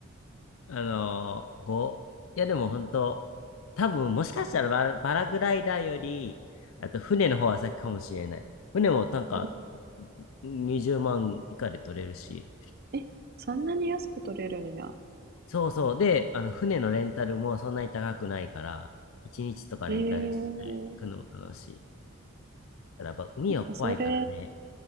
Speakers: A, on the left; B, on the right.
A: あのこう、いやでも本当、多分もしかしたらバラ、パラグライダーより、あと船の方は先かもしれない。船もなんか
B: うん
A: 20万以下で取れるし。
B: え、そんなに安く取れるんや。
A: そうそう。で、あの船のレンタルもそんなに高くないから、1日とかレンタルして行くのも楽しい。
B: えー、
A: ただやっぱ海は怖いからね。
B: なんかそれ、